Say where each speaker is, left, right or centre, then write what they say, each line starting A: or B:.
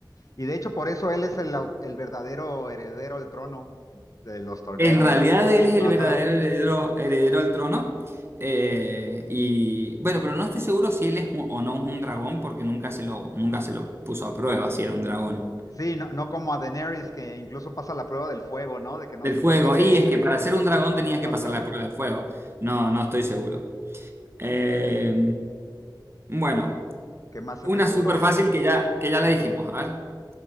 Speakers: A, on the left; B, on the right.
A: Y de hecho, por eso él es el, au- el verdadero heredero al trono de los Targaryen.
B: En realidad él es el
A: Ajá.
B: verdadero heredero, heredero al trono. eh, y bueno, pero no estoy seguro si él es un- o no es un dragón, porque nunca se lo, nunca se lo puso a prueba si era un dragón.
A: Sí, no, no como a Daenerys, que incluso pasa la prueba del fuego, ¿no? De que no
B: Del
A: se,
B: fuego.
A: de que,
B: Y es que para ser un dragón tenías que
A: ajá.
B: pasar la prueba del fuego. No, no estoy seguro. Eh, bueno,
A: ¿Qué más se
B: una
A: te ocurre?
B: súper fácil
A: Que,
B: que ya, que ya la
A: ajá.
B: dijimos. A